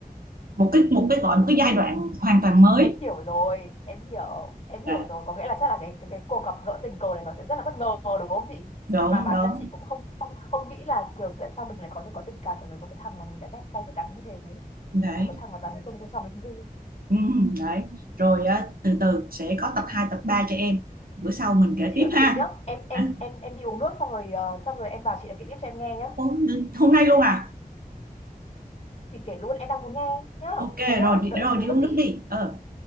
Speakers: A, on the right (about 70°); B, on the left (about 45°).
A: một cái một cái gọi một cái giai đoạn hoàn toàn mới.
B: em hiểu rồi em hiểu em hiểu
A: Dạ,
B: rồi có nghĩa là chắc là cái cái, cái cuộc gặp gỡ tình cờ này nó sẽ rất là bất ngờ đúng không chị
A: Đúng
B: mà bản
A: đúng.
B: thân chị cũng không không không nghĩ là kiểu tại sao mình lại có thể có tình cảm đối với một cái thằng mà mình đã ghét cay ghét đắng như thế
A: Đấy.
B: một cái thằng mà toàn nghĩ tới những cái trò mình vui
A: Ừ, đấy rồi á, từ từ sẽ có tập 2 tập 3 cho em bữa sau mình kể
B: chị
A: tiếp
B: đợi một
A: ha
B: tí nhá em em
A: Hả?
B: em em đi uống nước xong rồi ờ, xong rồi em vào chị lại kể tiếp cho em nghe nhá
A: Ủa, hôm nay luôn à
B: chị kể luôn em đang muốn nghe nhá
A: ok
B: thế nhá
A: rồi đi,
B: đợi em
A: rồi
B: đi
A: đi
B: uống
A: uống
B: nước
A: nước
B: tí
A: đi ờ